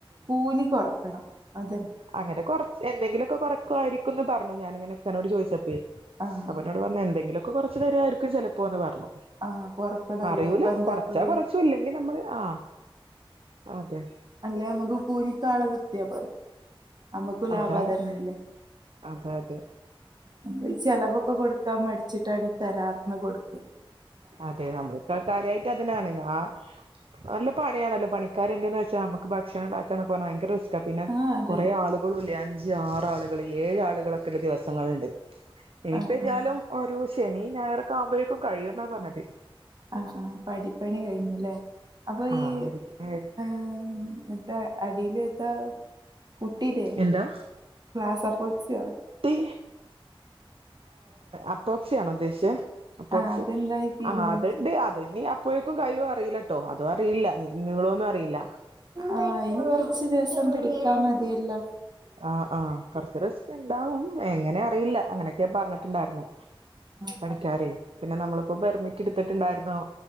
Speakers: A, on the right (about 45°); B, on the right (about 80°).
A: കൂലി കൊറക്കണം അതന്നെ
B: അങ്ങനെ കൊറ എന്തേങ്കിലൊക്കെ കൊറക്കുവായിരിക്കുന്ന് പറഞ്ഞു ഞാനിങ്ങനെ ഇക്കാനോട് ചോയിച്ചപ്പേ
A: ആഹ്
B: അവര് പറഞ്ഞ് എന്തെങ്കിലൊക്കെ കൊറച്ച് തരായിരിക്കും ചെലപ്പോന്ന് പറഞ്ഞു
A: ആഹ് കൊറക്കണം അല്ലാതെ
B: അറിയൂല
A: ഇപ്പ എന്താപ്പത്
B: കൊറച്ചാ കൊറച്ച് ക്കും ഇല്ലെങ്കി നമ്മള് ആഹ് അതെ
A: അല്ലെ നമ്മക്ക് കൂലിക്കാളെ നിർത്തിയാ പോരെ നമ്മക്കും ലാഭ
B: അതാണ്
A: അതെന്നെല്ലേ
B: അതെ അതെ
A: നമ്മള് ഈ ചെലവൊക്കെ കൊടുക്കാൻ മടിച്ചിട്ടാണ് കരാറിന് കൊടുക്ക
B: അതെ നമ്മൾക്ക് കാര്യയിട്ട് അതിനാണ് ആ നല്ല പണിയാണല്ലോ പണിക്കാരണ്ടന്ന് വച്ചാ നമുക്ക് ഭക്ഷണം ഉണ്ടാക്കനൊക്ക ഭയങ്ക റിസ്ക് - പിന്നെ
A: ആഹ് അതെ
B: കൊറേ ആളുകളല്ലേ അഞ്ച് ആറ് ആളുകൾ ഏഴ് ആളുകളൊക്കെ ള്ള ദിവസങ്ങളുണ്ട് ഇനിപ്പെതിയാലും
A: ആഹ് ആഹ്
B: ഓരോ ശനി ഞായൊക്കെ ആവുമ്പഴേക്കും കഴിയുംന്നാ പറഞ്ഞത്
A: ആഹാ ആഹാ പ്പൊ പടിപ്പണി കഴിഞ്ഞുല്ലേ അപ്പൊ
B: ആ
A: ഈ
B: അടുത്ത
A: ഏ എന്താ അടിൽ എത്താ പുട്ടിടെ
B: എന്താ
A: പ്ലാസ്പൊക്‌സിയോ
B: ഈ അപ്പോക്സിയണ ഉദ്ദേശിചേ അപ്പോക്സി
A: ആഹ് അതെന്തായി തീരുമാനിച്ചെ
B: ആ അതണ്ട് അ ഇനി അപ്പോഴേക്കും കഴിയും അറിയില്ലട്ടോ അതും അറിയില്ല നീ ളൊന്നും അറിയില്ല
A: ആഹ ഇനി കൊറച്ച് ദിവസം പിടിക്കാ മതിയല്ലോ
B: ആഹ് ആഹാ കുറച്ച് റിസ്ക് ഉണ്ടാവും എങ്ങനെ അറിയില്ല അങ്ങനെയൊക്കെ പറഞ്ഞിട്ടുണ്ടായിരുന്നു
A: ആഹ്
B: പണിക്കാരേ പിന്നെ നമ്മളിപ്പോ പെർമിറ്റ് എടുത്തിട്ടുണ്ടായിരുന്നു